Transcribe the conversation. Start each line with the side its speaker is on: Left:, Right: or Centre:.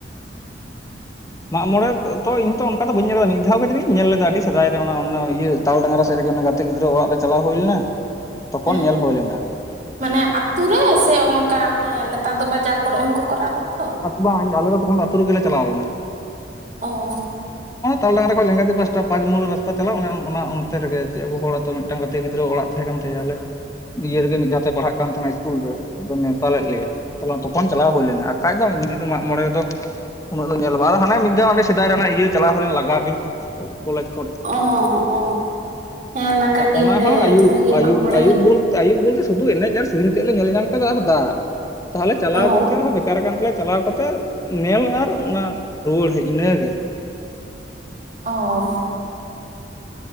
Left: ᱢᱟᱜ ᱢᱚᱬᱮ ᱛᱚ ᱤᱧᱚ ᱚᱱᱠᱟ ᱫᱚ ᱵᱟᱹᱧ ᱧ ᱞᱮᱫ ᱠᱮᱫ ᱢᱤᱫ ᱫᱷᱟᱣ ᱜᱮ ᱡᱩᱤ ᱧ ᱞᱮᱫᱟ ᱟᱹᱰᱤ ᱥᱮᱫᱟᱭ ᱨᱮ ᱚᱱᱟ ᱤᱭᱟᱹ ᱛᱟᱞ ᱰᱟᱝᱨᱟ ᱥᱮᱫ ᱨᱮᱜᱮ ᱜᱤᱫᱽᱨᱟᱹ ᱚᱲᱟᱜ ᱨᱮ ᱪᱟᱞᱟᱣ ᱦᱩᱭ ᱞᱮᱱᱟ ᱛᱚᱠᱷᱚᱱ
Right: ᱦᱮᱸ
Left: ᱧᱮᱞ ᱦᱩᱭ ᱞᱮᱱᱟ
Right: ᱢᱟᱱᱮ ᱟᱛ ᱨᱮ ᱥᱮ ᱚᱱᱠᱟᱟᱱᱮ ᱱᱮᱛᱟᱨ ᱫᱚ ᱵᱟᱡᱟᱨ ᱠᱚᱨᱮ ᱦᱚᱸᱠᱚ ᱠᱚᱨᱟᱣ ᱮᱟ ᱛᱚ
Left: ᱵᱟᱝ ᱟᱞᱮ ᱫᱚᱚᱠᱷᱚᱱ ᱫᱚ ᱟᱹᱛᱩ ᱨᱮᱜᱞᱮ ᱪᱟᱞᱟᱣ ᱞᱮᱱᱟ
Right: ᱚ
Left: ᱛᱟᱞ ᱰᱟᱝᱜᱟ ᱠᱷᱚᱱᱚᱡ ᱞᱮᱸᱜᱟᱫᱛᱤ ᱯᱟᱥᱴᱟ ᱯᱟᱸᱪ ᱢᱩᱞ ᱨᱟᱥᱛᱟ ᱪᱟᱞᱟᱜᱼᱟ ᱚᱱᱟ ᱚᱱᱛᱮ ᱨᱮᱜᱮ ᱪᱮᱫ ᱟᱵᱚ ᱦᱚᱲ ᱚ ᱢᱤᱫᱴᱟᱝ ᱜᱟᱛᱮ ᱜᱤᱫᱽᱨᱟᱹ ᱚᱲᱟᱜ ᱛᱟᱦᱮᱸ ᱠᱟᱱ ᱛᱟᱭᱟ ᱟᱞᱮ ᱤᱭᱟᱹ ᱨᱮᱜᱮ ᱢᱤᱜ ᱫᱷᱟᱣ ᱛᱮ ᱯᱟᱲᱦᱟᱜ ᱠᱟᱱ ᱛᱟᱦᱮᱱᱟ ᱥᱠᱩᱞ ᱨᱮ ᱟᱫᱚ ᱱᱮᱣᱛᱟ ᱞᱮᱜ ᱞᱮᱭᱟ᱾ ᱛᱟᱞᱮ ᱛᱚᱠᱷᱚᱱ ᱪᱟᱞᱟᱣ ᱦᱩᱭ ᱞᱮᱱᱟ᱾ ᱟᱠᱷᱟᱡ ᱫᱚ ᱤᱧᱡᱩ ᱫᱚ ᱢᱟᱜ ᱢᱚᱬᱮ ᱨᱮᱫᱚ ᱩᱱᱟᱹᱜ ᱫᱚ ᱧᱮᱞᱚᱜ ᱵᱟ ᱦᱟᱱᱮ ᱢᱤᱜᱫᱷᱟᱣ ᱥᱮᱫᱟᱭ ᱨᱮᱱᱟᱜ ᱤᱭᱟᱹ ᱪᱟᱞᱟᱣ ᱦᱩᱭ ᱞᱮ ᱞᱟᱜᱟᱰᱤ᱾ ᱠᱚᱞᱮᱡᱽ ᱠᱷᱚᱰ
Right: ᱚ ᱚ ᱦᱮᱸ ᱞᱟᱜᱟᱰᱤ
Left: ᱚᱱᱟ
Right: ᱚᱸᱰᱮ
Left: ᱦᱚᱸ ᱟᱹᱭᱩᱵ
Right: ᱵᱷᱟᱹᱜᱤ
Left: ᱟᱹᱭᱩᱵ
Right: ᱢᱟᱜ ᱢᱚᱬᱮ
Left: ᱟᱹᱭᱩᱵ
Right: ᱦᱩᱭᱩᱜᱼᱟ
Left: ᱵᱚᱞ ᱛᱮ ᱟᱹᱭᱩᱵ ᱵᱚᱞᱛᱮ ᱥᱩᱫᱩ ᱮᱱᱮᱡ ᱟᱨ ᱥᱤᱨᱤᱧ ᱛᱮᱜ ᱞᱮ ᱧᱮᱞ ᱧᱟᱢ ᱠᱟᱫᱟ ᱟᱨ ᱫᱟᱜ᱾ ᱛᱟᱦᱚᱞᱮ ᱪᱟᱞᱟᱣ
Right: ᱚ
Left: ᱠᱟᱛᱮᱜ ᱦᱚᱸ ᱵᱮᱠᱟᱨ ᱠᱟᱱ ᱛᱟᱞᱮᱭᱟ ᱪᱟᱞᱟᱣ ᱠᱟᱛᱮᱜ ᱧᱮᱞ ᱟᱨ ᱚᱱᱟ ᱨᱩᱣᱟᱹᱲ ᱦᱮᱡ ᱤᱱᱟᱹᱜᱮ᱾
Right: ᱚ